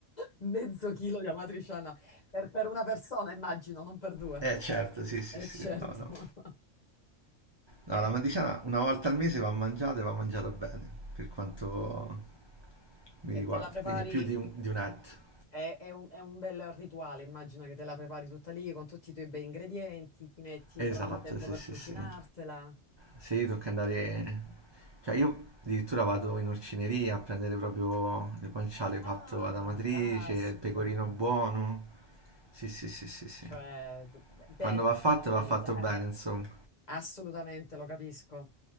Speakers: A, on the left; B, on the right.
A: Mezzo chilo di amatriciana per, per una persona, immagino, non per due.
B: Eh, certo, sì, sì,
A: Eh
B: sì,
A: certo.
B: no, no.
A: <laughs>
B: No,
A: E,
B: la matriciana una volta al mese va mangiata e va mangiata bene, per quanto mi
A: e
B: riguarda,
A: te la prepari,
B: quindi più di un, di un etto.
A: è, è un, è un bel rituale, immagino che te la prepari tutta lì con tutti i tuoi bei ingredienti, ti metti,
B: Esatto,
A: trovi il tempo
B: sì,
A: per
B: sì,
A: cucinartela.
B: sì. Sì, tocca andare... Cioè io addirittura vado in orcineria a prendere proprio il guanciale
A: Ah,
B: fatto ad Amatrice,
A: caspita.
B: il pecorino buono. Sì, sì, sì, sì, sì.
A: Cioè, t- bene
B: Quando va
A: ben
B: fatto
A: organizzata.
B: va fatto bene, insomma.
A: Assolutamente, lo capisco.